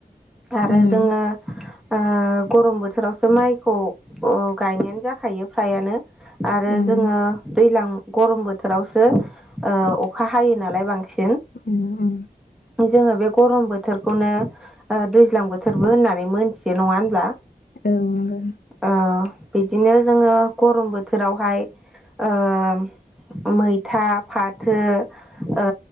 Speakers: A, in the centre; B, on the left (about 65°).
A: आरो
B: उम
A: जोङो आ गरम बोथोरावसो माइखौ गायनायानो जाखायो फ्रायानो आरो
B: उम
A: जोङो दैलां गरम बोथोरावसो ओ अखा हायो नालाय बांसि
B: उम उम
A: फाय जोङो बे गरम बोथोरखौनो ओ दैज्लां बोथोरबो होननानै मोनथियो नङा होनब्ला
B: औ नंगौ
A: ओ बिदिनो जोङो गरम बोथोरावहाय ओम मैथा फाथो ओ